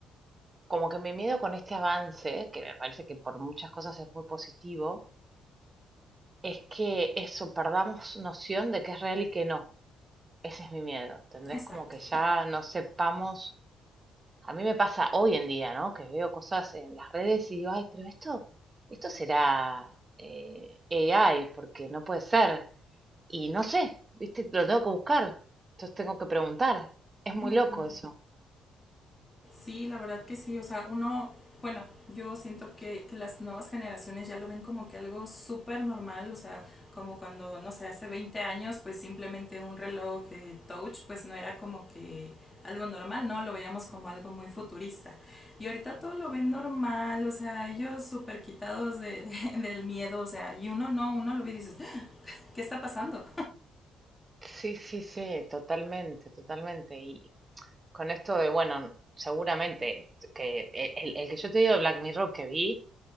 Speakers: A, on the right; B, on the left.
A: como que mi miedo con este avance, que me parece que por muchas cosas es muy positivo, es que eso, perdamos noción de que es real y que no. Ese es mi miedo, ¿entendés?
B: Exacto.
A: Como que ya no sepamos. A mí me pasa hoy en día, ¿no? Que veo cosas en las redes y digo, ay, pero esto, esto será eh, AI, porque no puede ser. Y no sé, ¿viste? Lo tengo que buscar. Entonces tengo que preguntar. Es muy
B: Ujú.
A: loco eso.
B: Sí, la verdad que sí. O sea, uno, bueno, yo siento que, que las nuevas generaciones ya lo ven como que algo súper normal. O sea, como cuando, no sé, hace 20 años, pues simplemente un reloj eh, touch, pues no era como que algo normal, ¿no? Lo veíamos como algo muy futurista. Y ahorita todo lo ven normal, o sea, ellos súper quitados de, de- <laughs> del miedo, o sea, y uno no, uno lo ve y dices, "Ah, ¿qué está pasando?
A: Sí, sí, sí, totalmente, totalmente. Y con esto de, bueno, seguramente que e, el, el que yo te digo de Black Mirror que vi